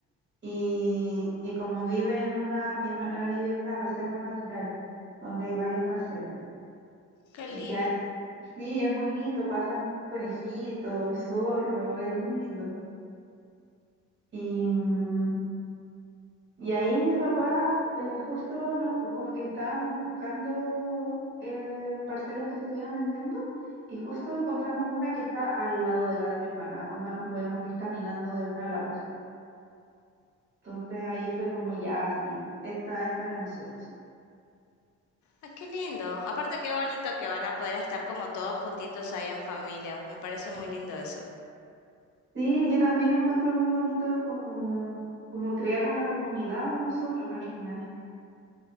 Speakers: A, on the right; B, on the left.
A: y, y como vive en una, mi hermana vive en una reserva natural donde hay varias parcelas.
B: Qué lindo.
A: Ya, sí, es muy lindo, pasan conejitos, zorro, es muy lindo. Y, mm, Y ahí mis papás eh, justo nos- como que estábamos buscando eh, parcelas que estuvieran vendiendo y justo encontramos una que está al lado de la de mi hermana, donde nos podemos ir caminando de una a la otra. Entonces ahí fue como ya sí, esta es para nosotros.
B: Ay, qué lindo. Aparte, qué bonito que van a poder estar como todos juntitos ahí en familia. Me parece muy lindo eso.
A: Sí, yo también encuentro muy bonito como, como crear una comunidad de nosotros al final.